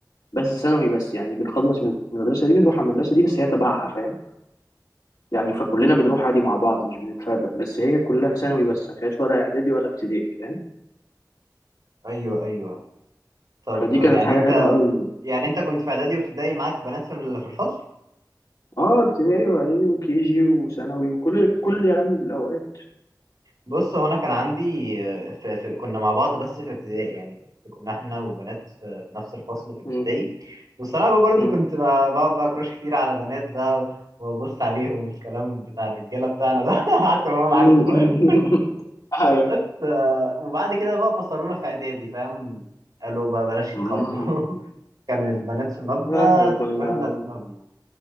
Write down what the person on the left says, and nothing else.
بس ثانوي بس يعني بنخلص من المدرسة دي بنروح على المدرسة دي بس هي تبعها فاهم يعني فكلنا بنروح عادي مع بعض مش بنتفرق بس هي كلها ثانوي بس ما فيهاش ولا إعدادي ولا ابتدائي فاهم
فدي
كانت حاجة
حلوة أوي
اه ابتدائي وإعدادي وكيجي وثانوي وكل كل يعني الأوقات
مم.
مم.
<laughs>
ايوه
مم.
احنا كنا